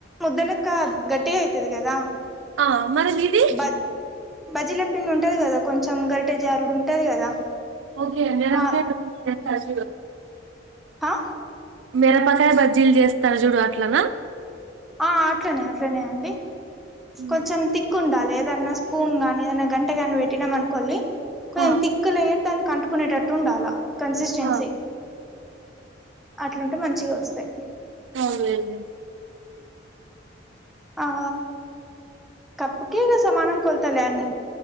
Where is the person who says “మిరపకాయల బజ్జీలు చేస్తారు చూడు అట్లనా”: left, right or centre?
Right